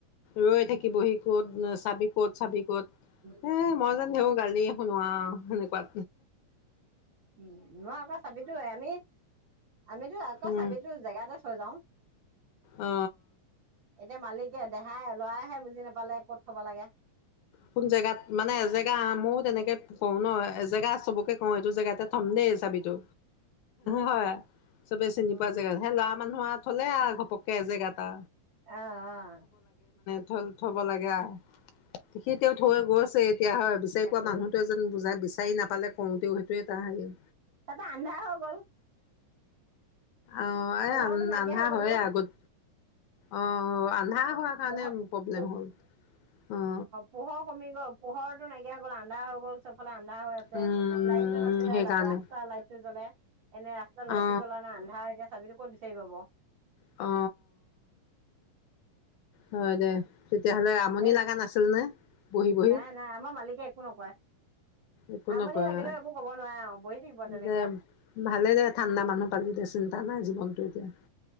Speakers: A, on the left; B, on the right.
A: ৰৈ থাকিবহি ক'ত চাবি ক'ত চাবি ক'ত।
B: দিলো
A: এ মই যে দেওঁ গালি। শুনোৱা হেনেকুৱা।
B: উ মই আকৌ চাবিিতো আমি আমিতো আকৌ
A: উম
B: চাবিিতটো জেগাতে থৈ যাও
A: অ
B: এতিয়া মালিক। তে দেহাই লৰাইহে বুজি নাপালে ক'ত থব লাগে।
A: কোন জেগাত মানে এজেগা আহ মইও তেনেকে কওঁ ন এজেগা চবকে কওঁ এইটো জেগাতে থম দেই চাবিটো।
B: উম
A: হয় চবে চিনি
B: উম
A: পোৱা জেগাত সেই ল'ৰা মানুহৰ। থ'লে ঘপককে এজেগা এটা।
B: অহ অহ
A: থব থ'ব লাগে সি তেওঁ থৈ গৈছে? এতিয়া হয় বিচাৰি
B: তাকে
A: পোৱা মানুহটোৱে যেন বোজাত বি। চাৰি নাপালে কওঁতেও সেইটোৱে তাহানি।
B: তাতে আন্ধাৰ হৈ গ'ল।
A: অ এ
B: পোহৰটো নাইকিয়া
A: আন্ধা
B: হৈ গ'ল
A: হয়ে
B: যে
A: আগত। অ আন্ধা
B: অ
A: হোৱাৰ কাৰণে
B: পোহৰ
A: প্ৰব্লেম হ'ল অ।
B: পোহৰ কমি গ'ল পোহৰটো নাকিয়া হৈ গ'ল আন্ধা হৈ গ'ল চবফালে। আন্ধা হৈ আছে
A: উম উম
B: লাইনটো
A: উম
B: নাছিলে
A: সেইকাৰণে
B: ৰাস্তা লাইট টো জ্বলে। এনে ৰাস্তাত লাইটটো
A: অ
B: জ্বলা নাই আন্ধাৰ এতিয়া। চাবিটো ক'ত বিচাৰি পাব।
A: অ হয় দে তেতিয়াহ'লে আমনি
B: এক
A: লগা নাছিল নে? বহি বহি
B: নাই নাই আমাৰ মালিকে একো নকয়।
A: একো
B: আমনি
A: নকয়
B: লাগিলেও
A: আৰু।
B: একো ক'ব নোৱাৰে অ বহি থাকিব। তেনেকে
A: দে ভালে দে ঠাণ্ডা মানুহ পালি দে চিন্তা নাই জীৱনটো এতিয়া।